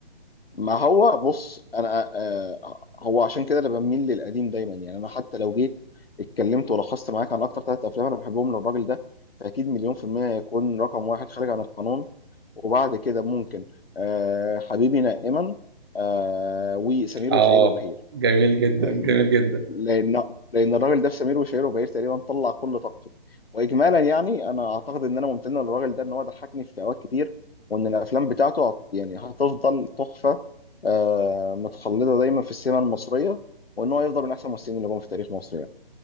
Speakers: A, on the left (about 75°); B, on the right (about 25°).
A: ما هو بص انا آه آه، هو عشان كده انا بميل للقديم دايما يعني انا حتى لو جيت اتكلمت ولخصت معاك عن اكتر ثلاث افلام انا بحبهم للراجل ده فاكيد مليون في المية هيكون رقم واحد خارج عن القانون وبعد كده ممكن آه حبيبي نائما آه وسمير
B: اه
A: وشهير وبهير
B: جميل جدا
A: يعني
B: جميل جدا
A: لان لان الراجل ده في سمير وشهير وبهير تقريبا طلع كل طاقته واجمالا يعني انا اعتقد ان انا ممتن للراجل ده ان هو ضحكني في اوقات كتير وان الافلام بتاعته هت- يعني هتفضل تحفه آه متخلده دايما في السينما المصريه وان هو يفضل من احسن الممثلين اللي جم في تاريخ مصر